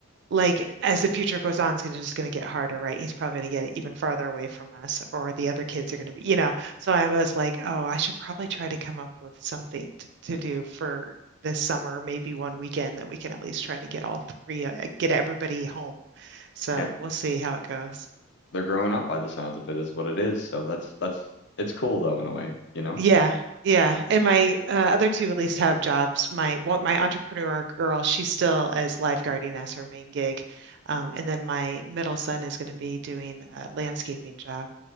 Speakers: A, on the right; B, on the left.
A: like as the future goes on, it's gonna, just going to get harder, right? He's probably going to get even farther away from us, or the other kids are going to be, you know. So I was like, oh, I should probably try to come up with something t- to do for this summer, maybe one weekend that we can at least try to get all three, uh, get everybody home. So
B: Yeah.
A: we'll see how it goes.
B: they're growing up by the sounds of it is what it is. So that's that's it's cool though in a way, you know?
A: Yeah, yeah. And my uh, other two at least have jobs. My one, my entrepreneur girl, she's still as lifeguarding as her main gig, um, and then my middle son is going to be doing a landscaping job.